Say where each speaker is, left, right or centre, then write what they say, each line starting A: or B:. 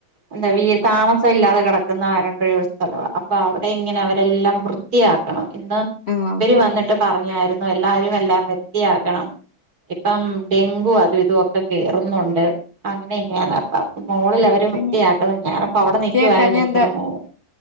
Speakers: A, on the right; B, on the left.
A: എന്താ വീ താമസം ഇല്ലാതെ കിടക്കുന്ന ആരുണ്ട് ഒരു സ്ഥലവ അപ്പൊ അവിടെ ഇങ്ങനെ അവരെല്ലാം വൃത്തിയാക്കണം ഇന്ന്
B: ആഹ്
A: ഇവരി വന്നിട്ട് പറഞ്ഞായിരുന്നു എല്ലാവാരും എല്ലാം വൃത്തിയാക്കണം ഇപ്പം ഡെങ്കു അതും ഇതുംക്കെ കേയറുന്നുണ്ട് അങ്ങനെ ഇങ്ങാന അപ്പ മോളിൽ വൃത്തിയാക്കുന്നത്
B: പിന്നെ
A: ഞാനപ്പ അവിടെ
B: വൃത്തിയാക്കാഞ്ഞാ
A: നിക്കുമായിരുന്നു ഇച്ചിരി
B: എന്താ
A: നേരം